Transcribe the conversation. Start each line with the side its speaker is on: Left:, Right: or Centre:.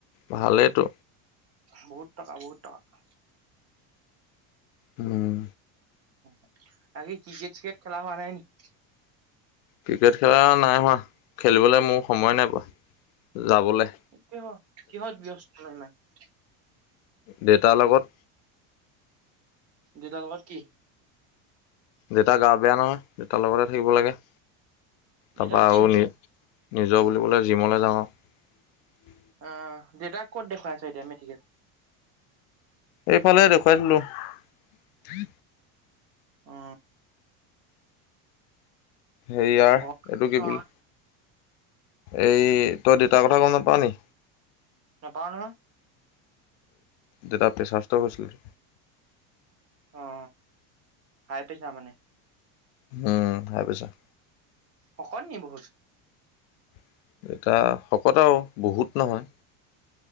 Left: ভালেই তো
Right: বহুত টকা বহুত টকা
Left: উম
Right: উ বাকী ক্ৰিকেট চিকেট খেলা হয়? নাই
Left: ক্ৰিকেট খেলা নাই হোৱা খেলিবলে মোৰ সময় নাই পোৱা যাবলৈ
Right: কিহ কিহত ব্যস্ত, নমান <unintelligible>
Left: দেউতা লগত
Right: দেউতা ঘৰ কি?
Left: দেউতা গা বেয়া নহয়, দেউতাৰ লগতে থাকিব লাগে ।
Right: দেউতাৰ
Left: তাৰপা
Right: কি
Left: আৰু
Right: হৈছে?
Left: নি নিজৰ বুলিবোলে জিমলে যাওঁ <unintelligible>
Right: আহ দেউতাক ক'ত দেখুৱাই আছ এতিয়া মেডিকেল?
Left: এইফালে দেখুৱাই দিলো ।
Right: অ
Left: হেৰিয়াৰ
Right: ঘৰত
Left: এইটো কি
Right: নহয়
Left: বুলি, এই তই দেউতাৰ কথা গম নাপাওঁ নি?
Right: নাপাওঁ নহয় ।
Left: দেউতা পেচাৰ ষ্টক হৈছিল।
Right: অ হাই পেছাৰ মানে?
Left: উম হাই পেছাৰ।
Right: শকত নি বহুত?
Left: উম <unintelligible> দেউতা শকত আও বহুত । নহয়